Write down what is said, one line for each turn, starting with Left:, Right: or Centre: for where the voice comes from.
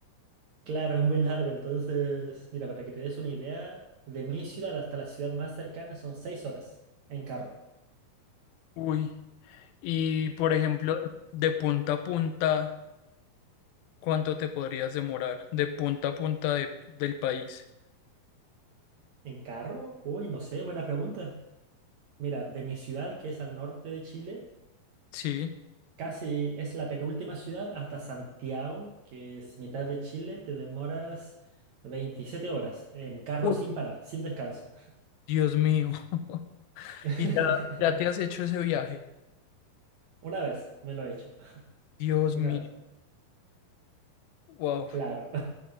Right: Claro, es muy largo. Entonces, mira, para que te des una idea, de mi ciudad hasta la ciudad más cercana son seis horas en carro.
Left: Uy, y por ejemplo, de punta a punta, ¿cuánto te podrías demorar? De punta a punta de- del país.
Right: ¿En carro? Uy, no sé, buena pregunta. Mira, de mi ciudad, que es al norte de Chile,
Left: Sí.
Right: casi es la penúltima ciudad hasta Santiago, que es mitad de Chile, te demoras 27 horas en carro
Left: Uy,
Right: sin parar, sin descanso.
Left: Dios mío. <laughs>
Right: <laughs>
Left: Y ya, ya te has hecho ese viaje.
Right: Una vez me lo he hecho,
Left: Dios
Right: una
Left: mío.
Right: vez.
Left: Wow.
Right: Claro,